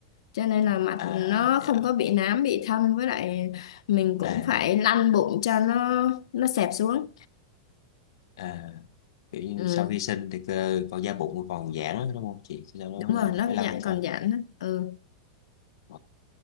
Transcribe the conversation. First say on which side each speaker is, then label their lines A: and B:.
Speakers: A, on the left (about 80°); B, on the left (about 65°).
A: cho nên là mặt
B: à
A: nó
B: dạ
A: không có bị nám bị thâm với lại mình cũng
B: à
A: phải lăn bụng cho nó nó xẹp xuống
B: à kiểu như
A: ừ
B: sau khi sinh thì cơ- còn da bụng còn giãn đúng không chị sau đó
A: đúng rồi
B: mình
A: nó
B: phải
A: cũng
B: làm
A: dạng
B: cho
A: còn giãn đó. ừ
B: ờ